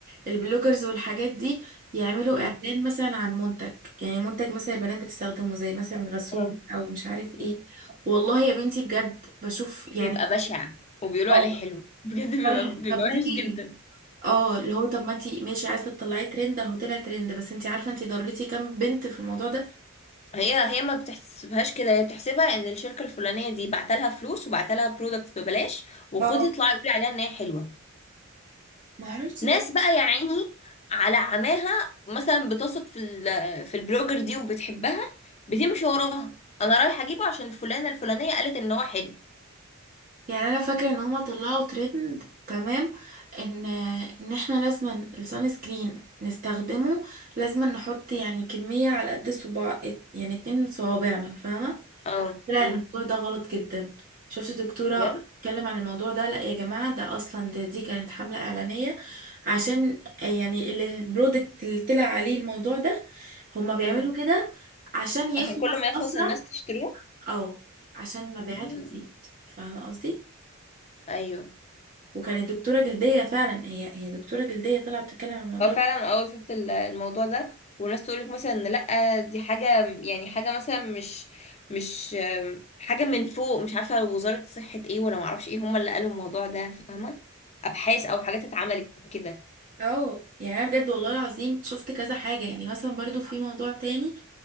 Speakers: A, on the right; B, on the left.
A: البلوجرز والحاجات دي يعملوا
B: امم
A: اعلان مثلا عن منتج يعني منتج مثلا البنات بتستخدمه زي مثلا غسول
B: اه
A: او مش عارف ايه
B: مم.
A: والله يا بنتي بجد بشوف يعني
B: بيبقى بشع وبيقولوا
A: اه
B: عليه حلو <laughs> بجد بيبقى
A: فرح-
B: بيبقى
A: طب
B: وحش
A: ليه
B: جدا
A: اه اللي هو طب ما انتي ماشي عايزه تطلعي ترند اهو طلع ترند بس انتي عارفه انتي ضريتي كام بنت في الموضوع ده
B: هي هي ما بتحسبهاش كده هي بتحسبها ان الشركه الفلانيه دي بعتلها فلوس وبعتلها برودكتس ببلاش وخدي
A: اه
B: اطلعي قولي عليها ان هي حلوه
A: ما عرفتش
B: ناس
A: ليه
B: بقى يا عيني على عماها مثلا بتثق في ال- في البلوجر دي وبتحبها بتمشي وراها انا رايحه اجيبه عشان فلانه الفلانيه قالت ان هو حلو
A: يعني انا فاكره ان هما طلعوا ترند تمام ان ان احنا لازما السان سكرين نستخدمه لازما نحط يعني كميه على قد الصباع يعني اتنين من صوابعنا فاهمه
B: اه
A: طلع
B: امم
A: الموضوع ده غلط جدا شفت دكتورة
B: بجد
A: بتتكلم عن الموضوع ده لا يا جماعة ده أصلا ده دي كانت حملة إعلانية عشان يعني ال- البرودكت اللي طلع عليه الموضوع ده هما بيعملوا
B: مم.
A: كده عشان يخلص
B: عشان كل ما يخلص
A: أسرع
B: الناس تشتريه
A: أو عشان
B: مم.
A: مبيعاته تزيد فاهمة قصدي؟
B: ايوه
A: وكانت دكتورة جلدية فعلا هي هي دكتورة جلدية طالعة بتتكلم عن الموضوع
B: هو فعلا
A: ده
B: اه شفت ال- الموضوع ده وناس تقولك مثلا إن لأ دي حاجة يعني حاجة مثلا مش مش آم، حاجة من فوق مش عارفة وزارة صحة ايه ولا معرفش ايه هما اللي قالوا الموضوع ده فاهمة أبحاث أو حاجات اتعملت كده
A: اه يعني انا بجد والله العظيم شفت كذا حاجه يعني مثلا برضو في موضوع تاني